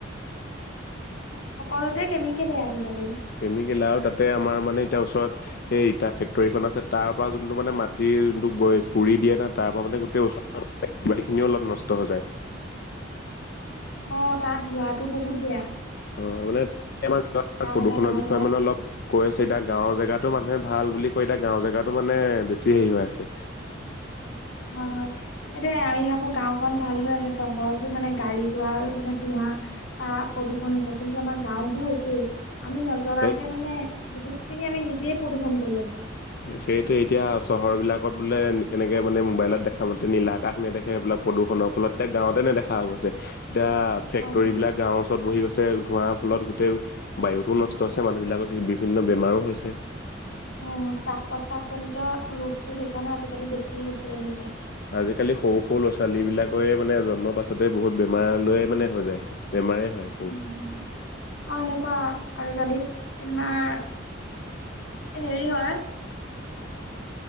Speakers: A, on the left (about 85°); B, on the left (about 55°).
A: সকলোতে কেমিকেলে আজিকালি।
B: কেমিকেলে, আৰু তাতে আমাৰ মানে এতিয়া ওচৰত সেই ইতা ফেক্টৰীখন আছে, তাৰপৰা যোনটো মানে মাটিৰ যোনটো পুৰি দিয়ে না, তাৰপৰা মানে গোটেই ওচৰত মানে মাটিখিনিও অলপ নষ্ট হৈ যায়।
A: অ', তাত ধোঁৱাতো বহুত বেয়া।
B: অ', মানে <unintelligible>
A: টাব
B: প্ৰদূষণৰ
A: এটা ধোঁৱা
B: বিষয়ে
A: ওলাই
B: মানে অলপ কৈ আছে এতিয়া, গাঁৱৰ জেগাতো মানুহে ভাল বুলি কয়, এতিয়া গাঁৱৰ জেগাটো মানে বেছি হেৰি হৈ আছে।
A: হয়, হয়। সেইটোৱে, আমি ভাবো গাওঁখন ভাল হৈ আছে, চহৰবোৰ মানে গাড়ী-গোৱা মানে ধোৱা বা প্ৰদূষণ হৈছে, কিন্তু আমাৰ গাওঁবোৰো কেই আমি নজনাকে
B: সেই
A: মানে, বহুতখিনি আমি নিজে প্ৰদূষন কৰি আছোঁ।
B: সেইটোৱে, এতিয়া চহৰবিলাকত বোলে এনেকৈ মানে মোবাইলত দেখামতে নিলা কাষ নেদেখে এইবিলাক, প্ৰদূষণৰ ফলত এ গাঁৱতে নেদেখা হৈ গৈছে। এতিয়া ফেক্টৰী
A: হয় হয়।
B: বিলাক গাঁৱৰ ওচৰ ওচৰত বহি গৈছে, ধোঁৱাৰ ফলত গোটেই বায়ুটো নষ্ট হৈছে মানুহবিলাকৰ বিভিন্ন বেমাৰো হৈছে।
A: অ', শ্বাস-প্ৰশ্বাসজনিত ৰোগবোৰ সেইকাৰণে, আজিকালি বেছি হ'বলৈ লৈছে।
B: আজিকালি সৰু, সৰু ল'ৰা-ছোৱালী বিলাকৰে মানে জন্মৰ পাছতে বহুত বেমাৰলৈয়ে মানে হৈ যায়। বেমাৰে হয়। সৰু
A: উম। অ', এনেকুৱা আজিকালি, এ তোমাৰ হেৰি হয়।